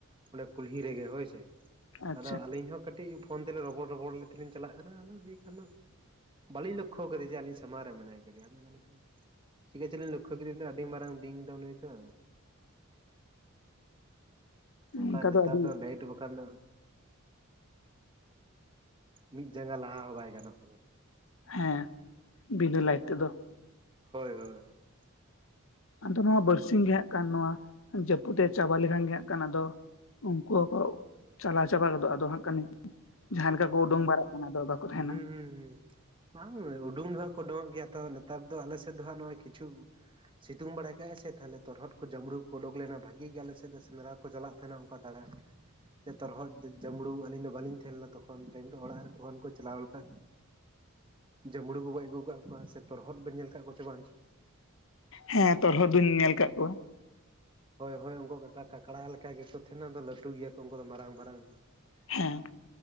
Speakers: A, on the right; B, on the left.
A: ᱚᱸᱰᱮ ᱠᱩᱞᱦᱤ ᱨᱮᱜᱮ ᱦᱳᱭᱥᱮ
B: ᱟᱪᱪᱷᱟ
A: ᱟᱫᱚ ᱟᱹᱞᱤᱧ ᱦᱚᱸ᱾ ᱠᱟᱹᱴᱤᱡ ᱯᱷᱳᱱ ᱛᱮᱞᱮ ᱨᱚᱯᱚᱲ ᱨᱚᱯᱚᱲ ᱛᱮᱞᱤᱧ ᱪᱟᱞᱟᱜ ᱠᱟᱱᱟ ᱟᱫᱚ ᱫᱤᱭᱮ ᱠᱷᱟᱱ ᱫᱚ᱾ ᱵᱟᱞᱤᱧ ᱞᱚᱠᱠᱷᱚ ᱟᱠᱟᱫᱮ ᱡᱮ ᱟᱞᱤᱧ ᱥᱟᱢᱟᱝ ᱨᱮ ᱢᱮᱱᱟᱭᱫᱮᱭᱟ ᱟᱫᱚ᱾ ᱪᱤᱠᱟᱹ ᱪᱚᱞᱤᱧ ᱞᱳᱠᱷ ᱠᱮᱫ ᱟᱹᱰᱤ ᱢᱟᱨᱟᱝ᱾ ᱵᱤᱧ ᱫᱚ ᱱᱩᱭ ᱫᱚ᱾ ᱚᱝᱠᱟ
B: ᱚᱱᱠᱟ
A: ᱱᱮᱛᱟᱨ
B: ᱟᱹᱰᱤ
A: ᱫᱚ ᱞᱟᱭᱤᱴ ᱵᱟᱠᱷᱟᱱ ᱫᱚ᱾ ᱢᱤᱫ ᱡᱟᱸᱜᱟ ᱞᱟᱦᱟ ᱦᱚᱸ ᱵᱟᱭ ᱜᱟᱱᱚᱜ ᱠᱟᱱᱟ᱾
B: ᱦᱮᱸ ᱵᱤᱱᱟ ᱞᱟᱭᱤᱴ ᱛᱮᱫᱚ᱾
A: ᱦᱳᱭ ᱦᱳᱭ ᱦᱳᱭ᱾
B: ᱟᱫᱚ ᱱᱚᱣᱟ ᱵᱟᱨᱥᱤᱧ ᱜᱮᱸᱟᱜ ᱱᱚᱣᱟ ᱡᱟᱹᱯᱩᱫ ᱪᱟᱵᱟ ᱞᱮᱠᱷᱟᱱ ᱜᱮᱸ ᱟᱫᱚ᱾ ᱩᱱᱠᱩ ᱦᱚᱸᱠᱩ ᱪᱟᱞᱟᱣ ᱪᱟᱵᱟ ᱜᱚᱫᱚᱜ ᱟᱫᱚ ᱦᱟᱸᱜ ᱠᱟᱹᱱᱤ ᱡᱟᱦᱟᱸᱞᱮ ᱞᱮᱠᱟ ᱠᱚ ᱩᱰᱩᱠ ᱵᱟᱲᱟᱜ ᱠᱟᱱᱟ ᱫᱚ ᱵᱟᱠᱚ ᱛᱟᱦᱮᱱᱟ᱾
A: ᱦᱩᱸ ᱦᱩᱸ ᱦᱩᱸ ᱵᱟᱝ ᱩᱰᱩᱝ ᱫᱚ ᱦᱟᱸᱜ ᱠᱚ ᱩᱰᱩᱠᱚᱜ ᱜᱮᱭᱟ ᱛᱚ ᱱᱮᱛᱟᱨ ᱫᱚ ᱟᱞᱮ ᱥᱮᱫ ᱫᱚᱜ ᱱᱚᱜ ᱠᱤᱪᱷᱩ ᱥᱤᱛᱩᱝ ᱵᱟᱲᱟᱭ ᱠᱟᱜᱟᱭ ᱥᱮ ᱛᱟᱦᱮᱚᱨᱚᱫ ᱠᱚ ᱡᱟᱸᱵᱽᱲᱩ ᱠᱚ ᱩᱰᱩᱠ ᱞᱮᱱᱟ ᱵᱷᱟᱜᱤ ᱜᱮ ᱟᱞᱮ ᱥᱮᱫ ᱫᱚ ᱥᱮᱸᱫᱽᱨᱟ ᱠᱚ ᱪᱟᱞᱟᱜ ᱛᱟᱦᱮᱱᱟ ᱚᱱᱠᱟ ᱫᱟᱲᱟ ᱛᱚᱨᱦᱚᱫ ᱡᱟᱹᱵᱽᱲᱩ ᱟᱹᱞᱤᱧ ᱫᱚ ᱵᱟᱞᱤᱧ ᱛᱟᱦᱮᱸ ᱞᱮᱱᱟ ᱛᱚᱠᱷᱚᱱ ᱛᱚᱠᱷᱚᱱ ᱩᱱ ᱴᱟᱭᱤᱢ ᱨᱮ ᱚᱲᱟᱜ ᱨᱮ ᱛᱚᱠᱷᱚᱱ ᱠᱚ ᱪᱟᱞᱟᱣ ᱞᱮᱫᱟ ᱡᱟᱹᱢᱲᱩ ᱠᱚ ᱜᱚᱡ ᱟᱹᱜᱩ ᱟᱠᱟᱫ ᱠᱚᱣᱟ ᱥᱮ ᱛᱚᱨᱦᱚᱫ ᱵᱚᱱ ᱧᱮᱞ ᱟᱠᱟᱫ ᱠᱚᱣᱟᱮ ᱵᱟᱝ ᱪᱚ?
B: ᱦᱮᱸ ᱛᱚᱨᱦᱚᱫ ᱫᱩᱧ ᱧᱮᱞ ᱟᱠᱟᱫ ᱠᱚᱣᱟ᱾
A: ᱦᱳᱭ ᱦᱳᱭ ᱩᱱᱠᱩ ᱠᱟᱠᱲᱟ ᱞᱮᱠᱟ ᱜᱮᱠᱚ ᱛᱟᱦᱮᱱᱟ ᱟᱫᱚ ᱞᱟᱹᱴᱩ ᱜᱮᱭᱟᱠᱚ ᱩᱱᱠᱩ ᱫᱚ ᱢᱟᱨᱟᱝ ᱢᱟᱨᱟᱝ᱾
B: ᱦᱮᱸ᱾